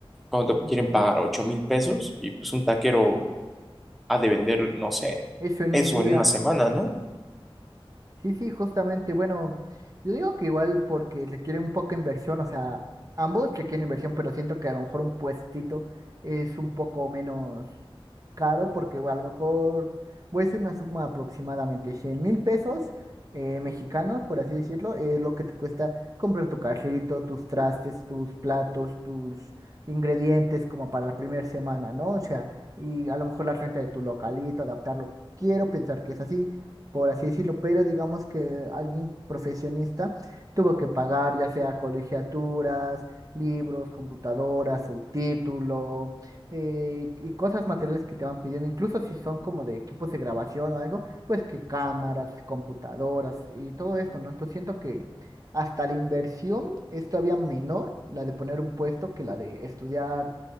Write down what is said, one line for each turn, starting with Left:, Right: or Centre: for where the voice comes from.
Centre: cuando te
Right: <laughs>
Centre: quieren pagar ocho mil pesos, y pues un taquero ha de vender, no sé,
Right: Eso en
Centre: eso
Right: un día.
Centre: en una semana, ¿no?
Right: Sí, sí, justamente. Bueno, yo digo que igual porque requiere un poco de inversión, o sea, ambos requieren inversión, pero siento que a lo mejor un puestito es un poco menos caro porque a lo mejor voy a decir una suma aproximadamente cien mil pesos eh, mexicanos, por así decirlo, es lo que te cuesta comprar tu carrito, tus trastes, tus platos, tus ingredientes como para la primera semana, ¿no? O sea, y a lo mejor la renta de tu localito, adaptarlo. Quiero pensar que es así por así decirlo, pero digamos que alguien profesionista tuvo que pagar ya sea colegiaturas, libros, computadoras, su título eh, y cosas materiales que te van pidiendo, incluso si son como de equipos de grabación o algo, pues que cámaras, computadoras y todo esto, ¿no? Entonces siento que hasta la inversión es todavía menor, la de poner un puesto, que la de estudiar